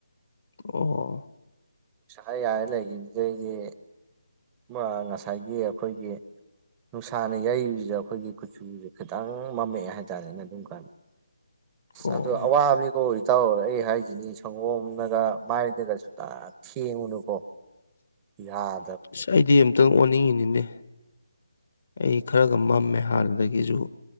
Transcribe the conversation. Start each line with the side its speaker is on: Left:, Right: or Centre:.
Left: ꯑꯣ
Right: ꯁ ꯌꯥꯏ <unintelligible> ꯂꯩꯒꯤꯕꯗꯩꯗꯤ ꯃꯥ ꯉꯁꯥꯏꯒꯤ ꯑꯩꯈꯣꯏꯒꯤ ꯅꯨꯡꯁꯥꯅ ꯌꯩꯕꯁꯤꯗ ꯑꯩꯈꯣꯏꯒꯤ ꯀꯨꯆꯨꯁꯦ ꯈꯤꯇꯪ ꯃꯝꯃꯛꯑꯦ ꯍꯥꯏꯇꯥꯔꯦꯅꯦ ꯑꯗꯨꯝ ꯀꯥꯟꯗ ꯑꯁ
Left: ꯑꯣ
Right: ꯑꯗꯣ ꯑꯋꯥꯕꯅꯤꯀꯣ ꯏꯇꯥꯎ ꯑꯩ ꯍꯥꯏꯁꯤꯅꯤ ꯁꯪꯒꯣꯝꯅꯒꯥ ꯃꯥꯏꯗꯒ ꯁꯨꯡꯇꯥ ꯊꯦꯡꯉꯨꯅꯨꯀꯣ ꯌꯥꯍ
Left: ꯏꯁ ꯑꯩꯗꯤ ꯑꯝꯇꯪ ꯑꯣꯅꯤꯡꯉꯤꯅꯤꯅꯦ ꯑꯩ ꯈꯔꯒ ꯃꯝꯃꯦ ꯍꯥꯟꯅꯗꯒꯤꯁꯨ